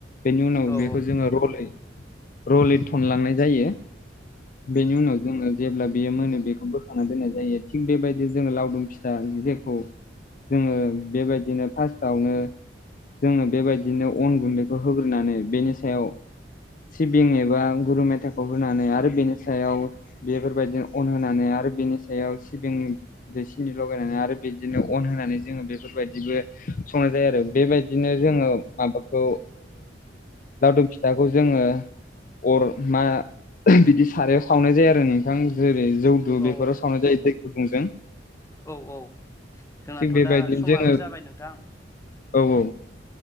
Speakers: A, on the left; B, on the left.
A: बेनि उनाव
B: औ
A: बेखौ जोङो रलै रलै थनलांनाय जायो बेनि उनाव जोङो जेब्ला बेयो मोनो बेखौ बोखांना दोननाय जायो थिग बेबायदि जोङो लावदुम फिथा ज जोङो बेबायदिनो फार्स्टआवनो जोनो बेबायदिनो अन गुन्दैखौ होग्रोनानै बेनि सायाव सिबिं एबा गुरु मेथाखौ होनानै आरो बेनि सायाव बेफोरबायदिनो अन होनानै आरो बेनि सायाव सिबिं दै सिनि लगायनानै आरो बे बिदिनो अन होनानै जोङो बेफोरबायदिबो संनाय जायो आरो बेबायदिनो जोङो माबाखौ लावदुम फिथाखौ जोङो अर मा बिदि सारायाव सावनाय जायो आरो नोंथां जेरै जौ <unintelligible>
B: औ
A: बेफोराव सावनाय जायो दै गुदुंजों
B: औ औ जोंनाथ'
A: थिग बेबायदिनो
B: दा समाबो
A: जोङो
B: जाबाय नोंथां
A: औ औ